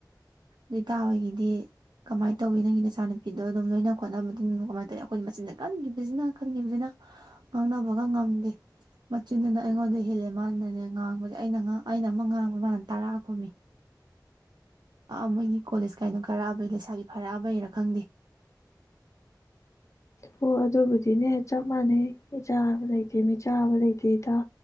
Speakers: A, on the right; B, on the left.
A: ꯑꯗꯨ ꯒꯤꯗꯤ ꯀꯃꯥꯏꯅ ꯇꯧꯋꯤ ꯅꯪꯒꯤꯅ ꯏꯆꯥꯅꯨꯄꯤꯗꯣ ꯑꯗꯨꯝ ꯂꯣꯏꯅ ꯈꯣꯠꯅꯕꯗꯨ ꯀꯃꯥꯏꯅ ꯇꯧꯋꯤ ꯑꯩꯈꯣꯏꯅ ꯃꯆꯤꯟꯗꯦ ꯀꯟꯈꯤꯕꯁꯤꯅ ꯈꯟꯈꯤꯕꯁꯤꯅ ꯉꯥꯡꯅꯕꯒ ꯉꯝꯗꯦ ꯃꯆꯤꯟꯗꯨꯅ ꯑꯩꯉꯣꯟꯗ ꯍꯦꯜꯂꯦ ꯃꯥꯗꯅꯦ ꯉꯥꯡꯕꯁꯦ ꯑꯩꯅ ꯑꯩꯅ ꯑꯃ ꯉꯥꯡꯕ ꯃꯥꯅ ꯇꯔꯥ ꯈꯨꯝꯃꯤ ꯃꯣꯏꯒꯤ ꯀꯣꯂꯦꯖ ꯀꯩꯅꯣ ꯀꯔꯛꯕ ꯂꯩꯁꯥꯒꯤ ꯐꯔꯥꯕ ꯍꯔꯛ <inaudible>
B: ꯑꯣ ꯑꯗꯨꯕꯨꯗꯤꯅꯦ ꯆꯞ ꯃꯥꯟꯅꯩ ꯏꯆꯥꯕ ꯂꯩꯇꯦ ꯃꯤꯆꯥꯕ ꯂꯩꯇꯦꯗ